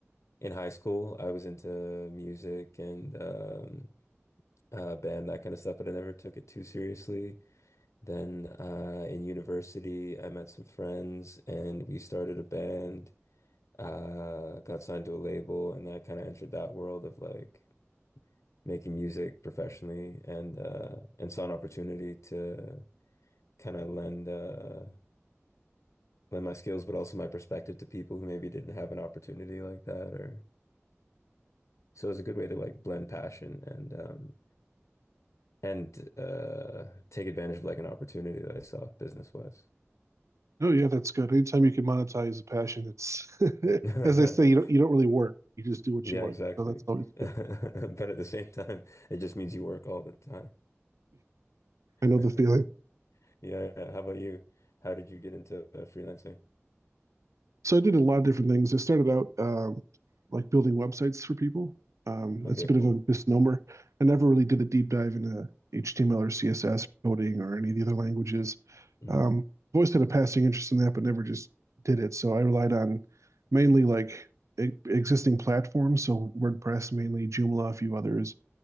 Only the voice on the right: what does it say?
Oh yeah, that's good. Anytime you can monetize a passion, it's
<laughs> as they say, you don't you don't really work. You just do what
you like.
So that's always
good.
<laughs>
I know the feeling.
So I did a lot of different things. I started out um, like building websites for people. Um,
it's a bit
of a misnomer. I never really did a deep dive into HTML or CSS coding or any of the other languages.
Um, I've always had a passing interest in that, but never just did it. So I relied on mainly like e existing platforms, so WordPress mainly, Joomla, a few others.